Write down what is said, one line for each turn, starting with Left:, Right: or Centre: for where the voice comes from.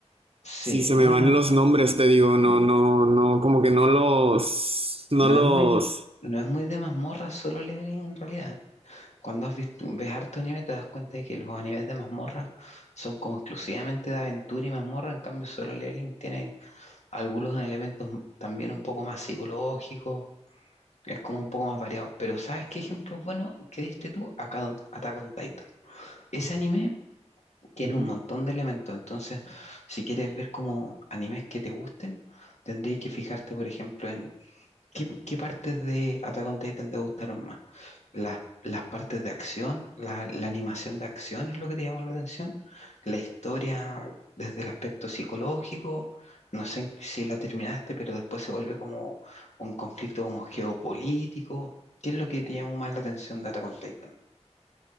Left: Sí,
Right: Sí, se
Left: bueno,
Right: me van los nombres, te digo. No,
Left: n-
Right: no, no, como que no los. No
Left: no
Right: los.
Left: es muy, no es muy de mazmorra solo leveling en realidad. Cuando has visto, ves harto anime te das cuenta de que los animes de mazmorra son como exclusivamente de aventura y mazmorra, en cambio solo leveling tiene algunos elementos m- también un poco más psicológicos, es como un poco más variado. Pero ¿sabes qué ejemplo bueno que diste tú? Acá Attack on Titan. Ese anime tiene
Right: Ujú.
Left: un montón de elementos. Entonces, si quieres ver como animes que te gusten, tendrías que fijarte, por ejemplo, en qué, qué partes de Attack on Titan te gustaron más. Las, las partes de acción, la, la animación de acción es lo que te llamó la atención. La historia desde el aspecto psicológico. No sé en- si la terminaste, pero después se vuelve como un conflicto como geopolítico. ¿Qué es lo que te llamó más la atención de Attack on Titan?